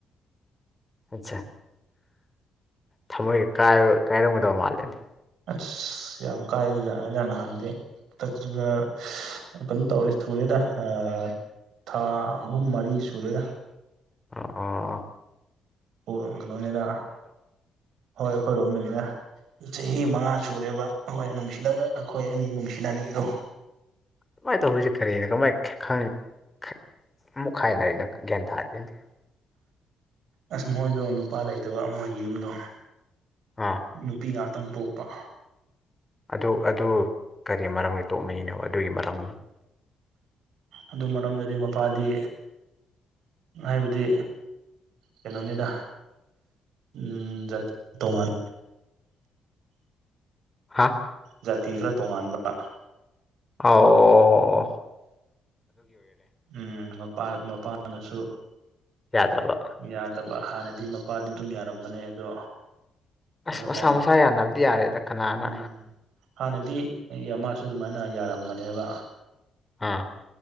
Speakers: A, on the left (about 20°); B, on the right (about 75°).
A: ꯑꯠꯆꯥ ꯊꯝꯃꯣꯏꯒ ꯀꯥꯏꯕ ꯀꯥꯏꯔꯝꯒꯗꯕ ꯃꯥꯜꯂꯦꯅꯦ
B: ꯑꯁ ꯌꯥꯝ ꯀꯥꯏꯗꯦꯗ ꯑꯗ ꯅꯍꯥꯟꯗꯤ ꯍꯟꯗꯛ ꯒ ꯀꯩꯅꯣ ꯇꯧꯔꯦ ꯊꯨꯔꯦꯗ ꯑ ꯊꯥ ꯑꯍꯨꯝ ꯃꯔꯤ ꯁꯨꯔꯦꯗ
A: ꯑꯣ ꯑꯣ ꯑꯣ
B: ꯑꯣ ꯀꯩꯅꯣꯅꯦꯗ ꯍꯣꯏ ꯑꯩꯈꯣꯏ ꯔꯣꯝꯗꯒꯤꯅꯦ ꯆꯍꯤ ꯃꯉꯥ ꯁꯨꯔꯦꯕ ꯑꯩꯈꯣꯏꯅ ꯅꯨꯡꯁꯤꯅꯅ ꯑꯩꯈꯣꯏ ꯑꯅꯤ ꯅꯨꯡꯁꯤꯅꯔꯛꯏꯗꯣ
A: ꯀꯃꯥꯏꯅ ꯇꯧꯕꯥꯖꯤ ꯀꯔꯤꯅꯣ ꯀꯃꯥꯏꯟ ꯈꯥ ꯈꯪ ꯈꯦ ꯑꯃꯨꯛ ꯈꯥꯏꯅꯥꯔꯤꯅꯣ ꯒ꯭ꯌꯥꯟ ꯇꯥꯗ꯭ꯔꯦ ꯑꯩꯗꯤ
B: ꯑꯁ ꯃꯣꯏꯗꯣ ꯅꯨꯄꯥ ꯂꯩꯇꯕ ꯃꯣꯏꯒꯤ ꯌꯨꯝꯗꯣ
A: ꯑꯥ
B: ꯅꯨꯄꯤ ꯉꯥꯛꯇꯪ ꯄꯣꯛꯄ
A: ꯑꯗꯨ ꯑꯗꯨ ꯀꯔꯤ ꯃꯔꯝꯒꯤ ꯇꯣꯛꯅꯩꯅꯣꯕꯥ ꯑꯗꯨꯒꯤ ꯃꯔꯝ
B: ꯑꯗꯨ ꯃꯔꯝꯗꯗꯤ ꯃꯄꯥꯗꯤ ꯍꯥꯏꯕꯗꯤ ꯀꯩꯅꯣꯅꯤꯗ ꯎꯝ ꯖꯠ ꯇꯣꯉꯥꯟ
A: ꯍꯥꯥ
B: ꯖꯥꯇꯤ ꯈꯔ ꯇꯣꯉꯥꯟꯕ
A: ꯑꯥꯑꯧ
B: ꯎꯝ ꯃꯄꯥ ꯃꯄꯥꯅꯁꯨ
A: ꯌꯥꯗꯕ
B: ꯌꯥꯗꯕ ꯍꯥꯟꯅꯗꯤ ꯃꯄꯥꯗꯤ ꯑꯗꯨꯝ ꯌꯥꯔꯝꯕꯅꯦ ꯑꯗꯣ ꯀꯩꯅꯣ
A: ꯑꯁ ꯃꯁꯥ
B: ꯂꯥꯏ
A: ꯃꯁꯥ ꯌꯥꯅꯕꯗꯤ ꯌꯥꯔꯦꯗ ꯀꯅꯥꯅ
B: ꯎꯝ ꯍꯥꯟꯅꯗꯤ ꯃꯥꯁꯨ ꯑꯗꯨꯃꯥꯏꯅ ꯌꯥꯔꯝꯕꯅꯦꯕ
A: ꯑꯥ